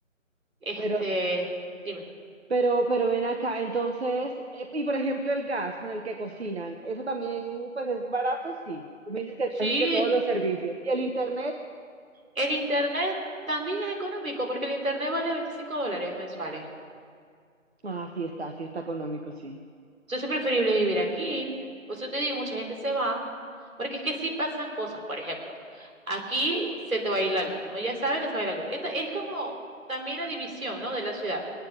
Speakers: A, on the right; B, on the right.
A: Este,
B: Pero
A: dime.
B: Pero, pero ven acá, entonces, eh, y por ejemplo el gas con el que cocinan, eso también pues es barato, sí. Tú me dices que
A: Sí,
B: casi que todos los servicios. ¿Y el internet?
A: El internet también es económico porque el internet vale 25 dólares mensuales.
B: Ah, sí está, sí está económico, sí.
A: Entonces es preferible vivir aquí. Por eso te digo, mucha gente se va. Porque es que sí pasan cosas, por ejemplo, aquí se te va a ir la luz. Uno ya sabe que se va a ir la luz. Esta es como también la división, ¿no? de la ciudad.